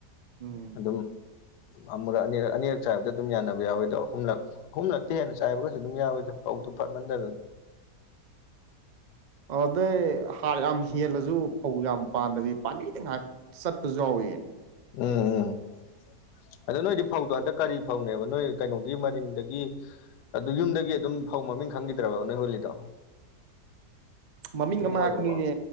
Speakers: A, on the right; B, on the left.
A: ꯎꯝ
B: ꯑꯗꯨꯝ ꯑꯃꯨꯔꯛ ꯑꯅꯤꯔꯛ ꯑꯅꯤꯔꯛ ꯆꯥꯏꯕꯗ ꯑꯗꯨꯝ ꯌꯥꯅꯕ ꯌꯥꯎꯋꯦ ꯑꯗꯣ ꯑꯍꯨꯝꯂꯛ ꯑꯍꯨꯝꯂꯛꯇꯩ ꯍꯦꯟꯅ ꯆꯥꯏꯕꯒꯁꯨ ꯑꯗꯨꯝ ꯌꯥꯎꯋꯣꯏꯗ ꯐꯧꯗꯨꯣ ꯐꯠꯃꯟꯗꯗꯅ
A: ꯑꯗꯩ ꯍꯥꯔ ꯌꯥꯝ ꯍꯦꯜꯂꯁꯨ ꯐꯧ ꯌꯥꯝ ꯄꯥꯟꯗꯕꯤ ꯄꯥꯝꯕꯤꯗ ꯉꯥꯏꯍꯥꯛꯇ ꯆꯠꯄꯖꯋꯥꯋꯣꯏ
B: ꯎꯝ ꯎꯝ ꯑꯗ ꯅꯣꯏꯗꯤ ꯐꯧꯗꯣ ꯍꯟꯗꯛ ꯀꯔꯤ ꯐꯧꯅꯦꯕ ꯅꯣꯏ ꯀꯩꯅꯣꯒꯤ ꯃꯔꯤꯡꯗꯒꯤ ꯑꯗꯨ ꯌꯨꯝꯗꯒꯤ ꯑꯗꯨꯝ ꯐꯧ ꯃꯃꯤꯡ ꯈꯪꯈꯤꯗ꯭ꯔꯕ ꯅꯣꯏ ꯍꯣꯂꯤꯗꯣ
A: ꯃꯃꯤꯡ ꯑꯃ
B: ꯑꯣꯏꯈ꯭ꯔꯕꯣ
A: ꯍꯥꯄꯅꯤꯅꯦ